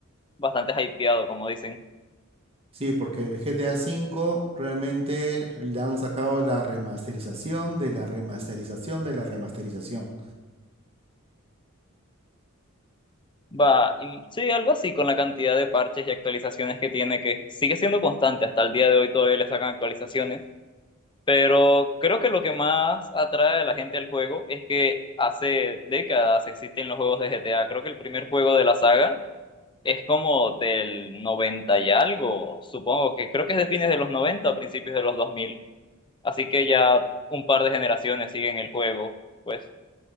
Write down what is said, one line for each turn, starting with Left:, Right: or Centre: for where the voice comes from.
Left: bastante hypeado, como dicen.
Right: Sí, porque el GTA 5 realmente le han sacado la remasterización de la remasterización de la remasterización.
Left: Va, y sí, algo así con la cantidad de parches y actualizaciones que tiene, que sigue siendo constante. Hasta el día de hoy todavía le sacan actualizaciones. Pero creo que lo que más atrae a la gente al juego es que hace décadas existen los juegos de GTA. Creo que el primer juego de la saga. Es como del 90 y algo, supongo que creo que es de fines de los 90 a principios de los dos mil Así que ya un par de generaciones siguen el juego, pues.